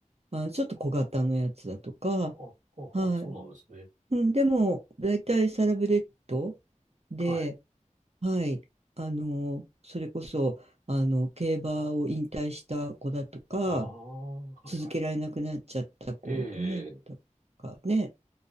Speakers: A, on the right; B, on the right.
A: まあ、ちょっと小型のやつだとか、
B: あ、あ、あ、
A: は
B: そうなんですね。
A: い。うん、でも、大体サラブレッドで、
B: はい。
A: はい。あの、それこそ、あの、競馬を引退した子だとか、
B: ああ、はいはい。
A: 続けられなくなっちゃった子ね、
B: ええ、
A: とかね、